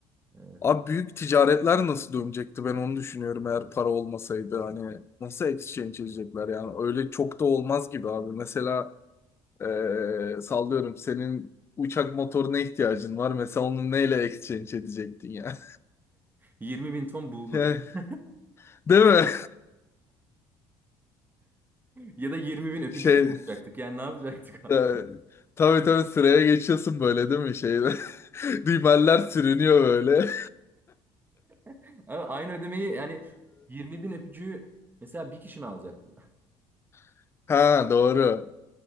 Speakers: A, on the right (about 20°); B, on the left (about 25°).
A: Evet.
B: Abi büyük ticaretler nasıl dönecekti ben onu düşünüyorum eğer para olmasaydı hani nasıl exchange edecekler yani öyle çok da olmaz gibi abi mesela eee, sallıyorum senin uçak motoruna ihtiyacın var mesela onu neyle exchange edecektin ya
A: 20 bin ton bulgur.
B: <laughs> yani,
A: <laughs>
B: değil mi
A: Ya da 20 bin öpücük
B: şey
A: mü yapacaktık? Yani ne yapacaktık abi?
B: e, tabii tabii sıraya geçiyorsun böyle değil mi şeyde <laughs> dümeller sürünüyor böyle
A: <laughs> Ama aynı ödemeyi yani 20 bin öpücüğü mesela bir kişi mi alacaktı?
B: <laughs> ha doğru